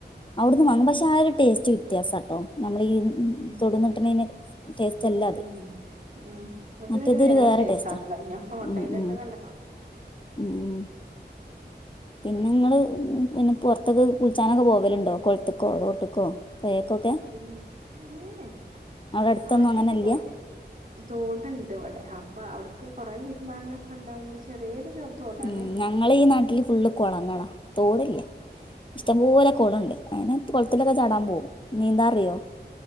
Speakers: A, on the left; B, on the right.
A: അവിടുന്ന്
B: ഉം
A: വാങ്ങും പക്ഷെ ആ ഒരു ടേസ്റ്റ് വ്യത്യാസാട്ടോ നമ്മളീ
B: ഉം
A: തൊടിന്ന്ട്ടണെതിന്റെ ടേസ്റ്റ് അല്ല അത്.
B: ഉം ഉം അത്
A: മറ്റേതൊരു
B: ഒര് വേറെ സൈസാണട്ടൊ
A: ടേസ്റ്റാ
B: ഞാൻ ഫോട്ടോയിലൊക്കെ
A: ഉം ഉം
B: കണ്ടതാ.
A: ഉം പിന്നെങ്ങള് പിന്നെ പുറത്ത്ക്ക് കുളിച്ചാനൊക്കെ പോകലുണ്ടോ കൊളത്തുക്കോ തോട്ടുക്കോ? പൊയക്കൊക്കെ?
B: ഉം ഏഹ് ഏഹ്
A: അടുത്തൊന്നും
B: ആദ്യൊക്കെ
A: അങ്ങനെ ഇല്ല
B: പോയിരുന്ന് തോടുണ്ട് ഇവിടെ അപ്പൊ അവിടുക്ക് കുറെ തിരുമ്പാനൊക്കെണ്ടാവുമ്പോ ചെറിയൊരു ചോ- തോടാണ്
A: ഉം ഞങ്ങളെയീ നാട്ടില് ഫുള്ള് കൊളങ്ങളാ തോടില്ല. ഇഷ്ടംപോലെ
B: ആ
A: കൊളണ്ട് അങ്ങനെ കൊളത്തിലൊക്കെ ചാടാൻ പോവും നീന്താറിയോ?